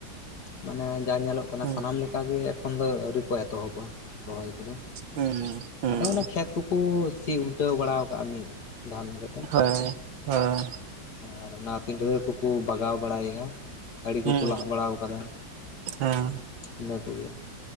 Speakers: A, on the left; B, on the right.
A: ᱢᱟᱱᱮ ᱡᱟ ᱧᱮᱞᱚᱜ ᱠᱟᱱᱟ
B: ᱦᱩᱸ
A: ᱥᱟᱱᱟᱢ ᱞᱮ ᱠᱟ ᱜᱮ ᱮᱠᱷᱚᱱ ᱫᱚ ᱟᱹᱣᱨᱤ ᱠᱚ ᱮᱛᱚᱦᱚᱵᱟ ᱨᱚᱦᱚᱭ ᱠᱚᱫᱚ
B: ᱦᱩᱸ ᱦᱩᱸ
A: ᱟᱫᱚ ᱚᱱᱮ ᱠᱷᱮᱛ ᱠᱩ ᱥᱤ ᱩᱞᱴᱟᱹᱣ ᱵᱟᱲᱟᱣ ᱠᱟᱜ <unintelligible>
B: ᱦᱳᱭ ᱦᱳᱭ᱾
A: ᱟᱨ ᱚᱱᱟ ᱯᱤᱸᱰᱷᱨᱟᱹ ᱠᱚ ᱠᱩ ᱵᱟᱜᱟᱣ ᱵᱟᱲᱟᱭᱮᱜ-ᱟ, ᱟᱹᱲᱤ ᱠᱚᱠᱚ
B: ᱦᱩᱸ
A: ᱞᱟᱜ ᱵᱟᱲᱟᱣ ᱠᱟᱫᱟ
B: ᱦᱮᱸ
A: ᱤᱱᱟᱹ ᱠᱚᱜᱮ᱾